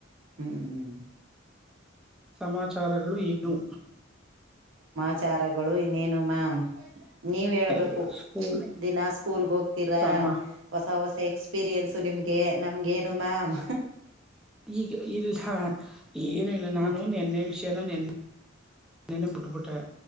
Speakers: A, on the right; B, in the centre.
A: ಹ್ಮ್
B: ಸಮಾಚಾರಗಳು ಏನು
A: ವಿಚಾರಗಳು ಇನ್ನೇನು ಮ್ಯಾಮ್ ನೀವ ಹೇಳ್ಬೇಕು
B: ಅಯ್ಯೋ ಸ್ಕೂಲ್
A: ದಿನ ಸ್ಕೂಲ್ಗೆ ಹೋಗ್ತೀರಾ
B: ತಮ್ಮ
A: ಹೊಸ ಹೊಸ ಎಕ್ಸ್ಪೀರಿಯನ್ಸು ನಿಮ್ಗೆ ನಮ್ಗೇನು ಮ್ಯಾಮ್
B: ಈಗ ಇಲ್ಲ ಏನು ಇಲ್ಲ
A: ಹ್ಮ್
B: ನಾನು ನೆನ್ನೆ ವಿಷಯನ ನೀ ನಿನ್ನೆನೆ ಬಿಟ್ಬಿಟ್ಟೆ